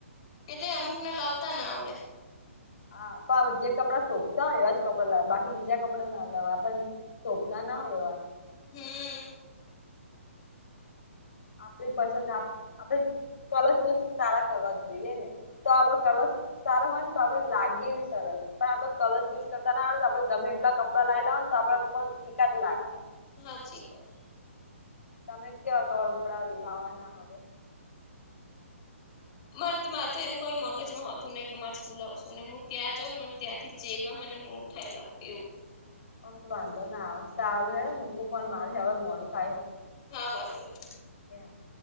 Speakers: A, on the left; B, on the left.
A: એટલે અમુક ને લાવતા ને આવડે.
B: હા પણવે જે કપડાં શોભતા હોય એવા જ કપડા લાવ બાકી બીજા કપડા ના લાવવા પણ સોપતા ના હોયવા.
A: હમ.
B: આપ પસંદ આપે કલ ચૂ તારા કરવા જોઈએ ને તો અવે કાલ તાર હોય. તો આપડે લાગીવી સરસ પણ આ તો કલર ચૂઝ કરતા ના આવેે આપણે ગમે એટલા કપડાં લાવ લાવ ને તો આપડર શિકત લાગે.
A: હાજી વાત.
B: તમે કેવા વળપડા લાવવાના હવે
A: મને મારે તો એવું કઈ મગજમાં હતું નહી કે મારે શું લાવું શું નને હું ત્યાં જાઉં નેને ત્યાંથી જે ગમ અને થયેલાવું એવું.
B: આમ તો વાંધો ના આવે આવે હ મૂકું ફ મારે હવે મોલું થાય હ
A: હા બાંધો નહી.
B: હ <unintelligible>